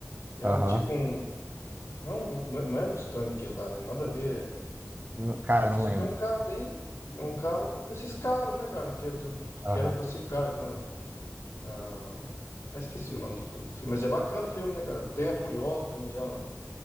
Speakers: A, on the left; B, on the right.
A: é
B: Aham.
A: um tipo um, não, é um, não é não é Mustang que lá, né? Nada a ver.
B: Hum, Cara,
A: É
B: não
A: é só
B: lembro.
A: que é um carro bem, é um carro desses caros, né, cara? Que é do, que
B: Aham.
A: era pra ser caro na, na- ah, esqueci o nome do, do filme, mas é bacana o filme, né, cara? Tem a Furiosa também já no